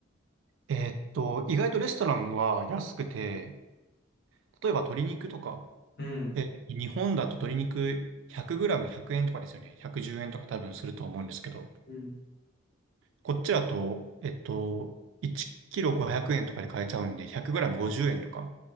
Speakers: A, on the right; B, on the left.
A: えーっと、意外とレストランは安くて、例えば鶏肉とか、
B: うん。
A: えー日本だと鶏肉 100g 100円とかですよね。110円とか多分すると思うんですけど、
B: うん
A: こっちだと、えっと、1キロ500円とかで買えちゃうんで、100g50 円とか